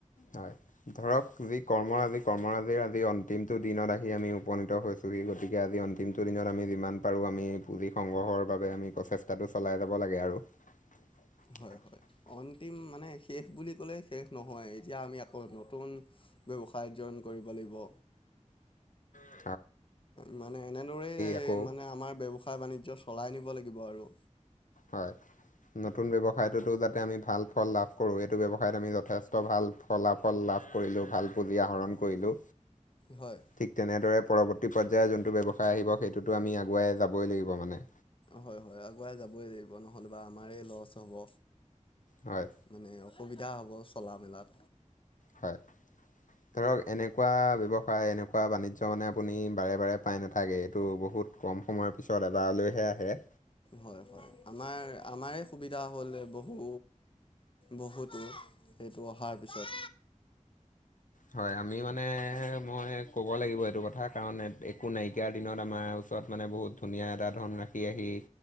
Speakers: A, on the left (about 80°); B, on the left (about 45°).
A: হয়, ধৰক যি কৰ্মৰাজি-কৰ্মৰাজিৰ আজি অন্তিমটো দিনত আহি আমি উপনীত হৈছো। পুহি গতিকে আজি অন্তিমটো দত আমি যিমান পাৰোঁ, আমি পুঁজি সংগ্ৰহৰ বাবে আমি প্ৰচেষ্টা তাতো চলাই যাব লাগে আৰু। <inaudible>
B: হয় হয় অন্তিম মানে শেষ বুলি ক'লে শেষ নহয়। এতিয়া আমি আকৌ নতুন ব্যৱসায় জৈন কৰিব লাগিব।
A: উ <inaudible>
B: মানে এনেদৰেই
A: আকৌ
B: মানে আমাৰ ব্যৱসায় বাণিজ্য চলাই নিব লাগিব আৰু।
A: হয়। নতুন ব্যৱসায়টোতো যাতে আমি ভাল ফল লাভ কৰোঁ। এইটো ব্যৱসায়ত আমি যথেষ্ট ভাল, ফলাফল লাভ কৰিলো ভাল পুঁজি আহৰণ কৰিলো,
B: হয়
A: থিক তেনেদৰে পৰৱৰ্তী পৰ্যায়ৰ যোনটো ব্যৱসায় আহিব সেইটোতো আমি আগুৱাই যাবই লাগিব মানে।
B: হয়-হয় আগুৱাই যাবই লাগিব নহ'লে আমাৰ লচ হ'ব।
A: হয়।
B: মানে অসুবিধা হ'ব চলা মেলাত।
A: হয় ধৰক এনেকুৱা ব্যৱসায় এনেকুৱা বাণিজ্য মানে আপুনি বাৰে-বাৰে, উপায় নাথাকে এইটো বহুত কম সময়ৰ পিছত এবাৰলৈহে আহে।
B: হয়-হয় আমাৰ আমাৰে সুবিধা হ'ল বহু। বহুতো সেইটো অহাৰ পিছত।
A: হয় আমি মানে মই ক'ব লাগিব, এইটো কথা কাৰণ একো নাইকিয়াৰ দিনত আমাৰ ওচৰত মানে বহুত ধুনীয়া এটা ধন ৰাখি আহি,